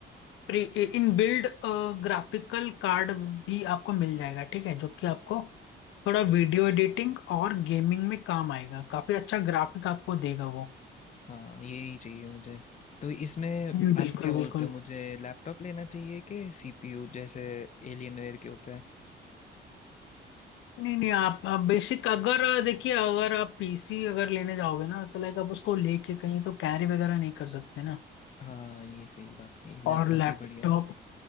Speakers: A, on the left; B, on the left.
A: pre in build graphical card भी आपको मिल जाएगा ठीक है जो कि आपको थोड़ा वीडियो एडिटिंग और गेमिंग में काम आएगा काफी अच्छा ग्राफिक आपको देगा वो
B: हाँ ये ही चाहिए मुझे तो इसमें
A: हम्म,
B: आप
A: बिल्कुल
B: क्या बोलते
A: बिल्कुल
B: हो मुझे लैपटॉप लेना चाहिए कि सीपीयू जैसे एलियनवेयर के होते हैं
A: नहीं नहीं आप आप बेसिक अगर देखिए अगर आप पीसी अगर लेने जाओगे ना तो लाइक आप उसको लेके कहीं तो कैरी वगैरह नहीं कर सकते ना
B: हाँ ये सही बात की लैपटॉप
A: और हम्म लैपटॉप
B: ही बढ़िया है